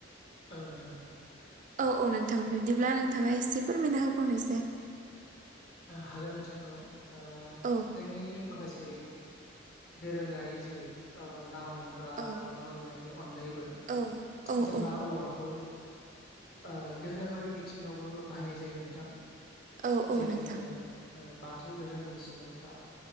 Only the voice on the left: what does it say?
औ नोंथां औ
हागोन नोंथां औ ओ
जोंनि माखासे जे दोरोङारि जेरै- ओ ना हमग्रा
बा न' लुनायनि अनगायैबो
जोंहा
औवाखौ ओ धोरोमारि बिथिङावबो बाहायनाय जायो नोंथां
जेरै-
जोङो ओ बाथौ धोरोमनि सुबुंफ्रा